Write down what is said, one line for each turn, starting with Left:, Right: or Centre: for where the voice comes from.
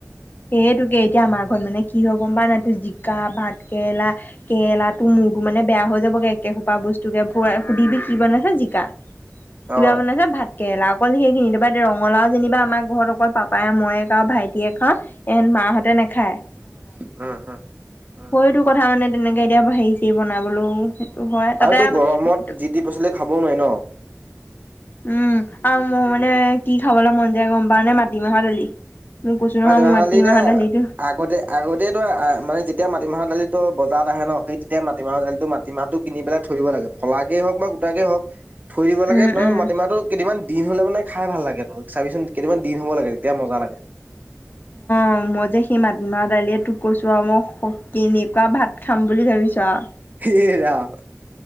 Left: সেইতোকে, এতিয়া আমাৰ ঘৰত মানে কি হ'ল গম পাৱ নাই, তোৰ জিকা, ভাত কেৰেলা, কেৰেলা, তোৰ মূৰটো মানে বেয়া হৈ যাবগে একেসোপা বস্তুকে সুধিবি কি বনাইছে জিকা,
Right: অ',
Left: কিবা বনাইছা ভাত কেৰেলা, অকল সেইখিনি, তাৰপৰা এতিয়া ৰঙালাও যেনিবা আমাৰ ঘৰত অকল পাপাই মইয়ে খাওঁ, ভাইটিয়ে খাওঁ, এহেঁত মা মাহঁতে নাখায়।
Right: উম, উম। উম।
Left: সেইটো কথা মানে তেনেকে এতিয়া হেৰি চেৰী বনাবলৈও <unintelligible> হয়,
Right: আৰু
Left: তাতে
Right: তোৰ
Left: আমাৰ
Right: গৰমত যি টি পাচলি খাবও নোৱাৰি ন
Left: উম, আৰু মোৰ মানে কি খাবলৈ মন যায় গম পাৱ নে, মাটিমাহৰ দালি। মোক
Right: <unintelligible>
Left: কৈছো নহয় মোৰ মাটিমাহৰ দালিটো
Right: আগতে-আগতেতু মানে যেতিয়া মাটিমাহ দালিতো বজাৰত আহে ন, সেই তেতিয়াই মাটিমাহৰ দালিটো-মাটিমাহটো কিনি পেলাই থৈ দিব লাগে, ফলাকেই হওঁক বা গোটাকেই হওঁক থৈ দিব লাগে,
Left: উম
Right: নহয়
Left: উম
Right: মাটিমাহটো কেইদিনমান-দিন হ'লে মানে খাই ভাল লাগে, তই চাবিচোন কেইদিনামান দিন হ'ব লাগে তেতিয়া মজা লাগে।
Left: অ', মই যে সেই মাত মাহ দালিয়ে তোক কৈছো আৰু, মই কেনেকুৱা ভাত খাম বুলি ভাবিছ আৰু।
Right: এ ৰাম।